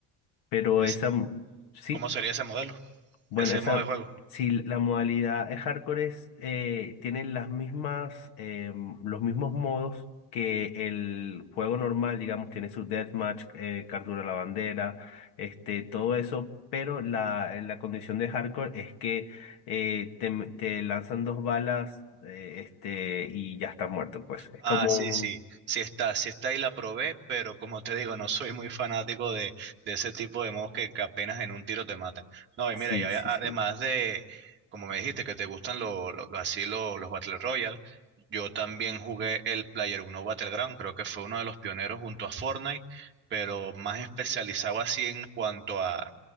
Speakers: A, on the left; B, on the right.
A: pero
B: Es-
A: esa, m- sí,
B: ¿cómo sería ese modelo,
A: bueno,
B: ese
A: esa,
B: modo de juego?
A: si la modalidad es hardcore es, eh, tiene las mismas, eh, los mismos modos que el juego normal, digamos, tiene su deathmatch, eh, captura la bandera, este, todo eso, pero la, eh, la condición de hardcore es que eh, te, m- te lanzan dos balas, eh, este, y ya estás muerto, pues. Es
B: Ah,
A: como,
B: sí, sí, sí está, sí está y la probé, pero como te digo, no soy muy fanático de, de ese tipo de modos que, que apenas en un tiro te matan. No, y
A: sí,
B: mira, y a-
A: sí,
B: además
A: sí.
B: de, como me dijiste, que te gustan lo, lo- lo- así lo- los Battle Royale, yo también jugué el Player Uno Battleground, creo que fue uno de los pioneros junto a Fortnite, pero más especializado así en cuanto a,